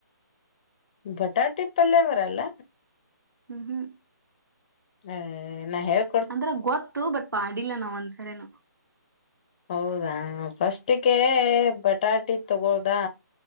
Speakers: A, on the left; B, on the right.
A: ಬಟಾಟಿ ಪಲ್ಯ ಬರಲ್ಲ
B: ಹ್ಮ್ ಹ್ಮ್
A: ಹ ನ ಹೇಳ್
B: ಅಂದ್ರ ಗೊತ್ತು ಬಟ್ ಮಾಡಿಲ್ಲ ನಾನ ಒಂದ್ಸರಿನು
A: ಹೌದಾ ಫಸ್ಟಿಗೆ ಬಟಾಟಿ ತಗೋದಾ